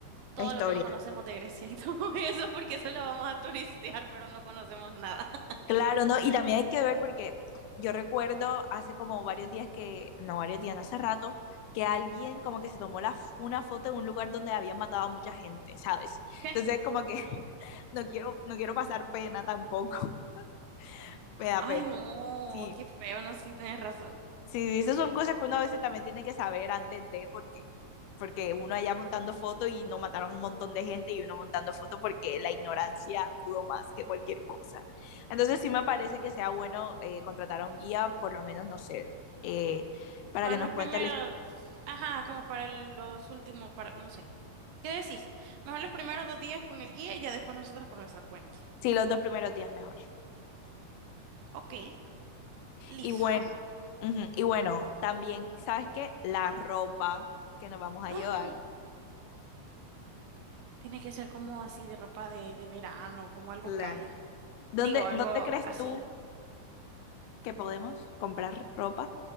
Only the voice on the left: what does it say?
la historia.
Claro, ¿no? Y también hay que ver porque yo recuerdo hace como varios días que, no varios días, no hace rato, que alguien como que se tomó la, f- una foto en un lugar donde habían matado a mucha gente, ¿sabes?
Entonces como que <laughs> no quiero, no quiero pasar pena tampoco, <laughs> me da
pena.
Sí,
Sí, esas son cosas que uno a veces también tiene que saber antes de, porque, porque uno allá montando fotos y no mataron un montón de gente y uno montando fotos porque la ignorancia pudo más que cualquier cosa. Entonces sí me parece que sea bueno eh, contratar a un guía, por lo menos, no sé, eh, para
que nos
cuente
la his-
Sí, los dos primeros días mejor.
Y bueno, ujú, Y bueno, también, ¿sabes qué? La ropa que nos vamos a
llevar.
Claro.
¿Dónde,
dónde crees
tú que podemos comprar ropa?